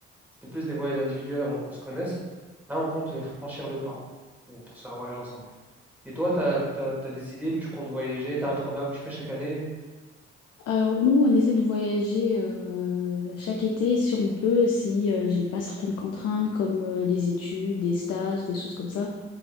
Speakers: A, in the centre; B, on the left.
A: c'était plus des voyages individuels avant qu'on se connaisse. Là, on compte euh, franchir le pas pour, pour se faire un voyage ensemble. Et toi, t'as, t'as, des idées, tu comptes voyager, t'as un programme que tu fais chaque année?
B: Alors nous, on essaie de voyager euh, chaque été si on peut, si euh, j'ai pas certaines contraintes comme euh, les études, des stages, des choses comme ça.